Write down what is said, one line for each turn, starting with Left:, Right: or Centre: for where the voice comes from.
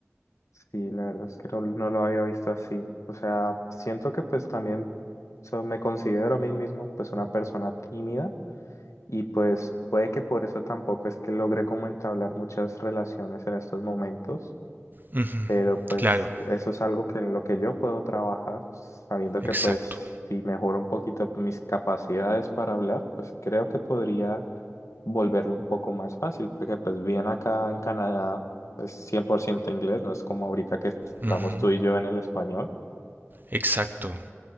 Left: Sí, la verdad es que no, no lo había visto así. O sea, siento que pues también so- me considero a mí mismo pues una persona tímida y pues puede que por eso tampoco es que logre como entablar muchas relaciones en estos momentos
Right: Ujú,
Left: pero pues
Right: Claro,
Left: eso es algo que en lo que yo puedo trabajar, sabiendo
Right: exacto.
Left: que pues si mejoro un poquito mis capacidades para hablar, pues creo que podría volverlo un poco más fácil, porque pues bien acá en Canadá es 100% inglés, no es como ahorita que est- estamos
Right: ujú,
Left: tú y yo en el español.
Right: Exacto.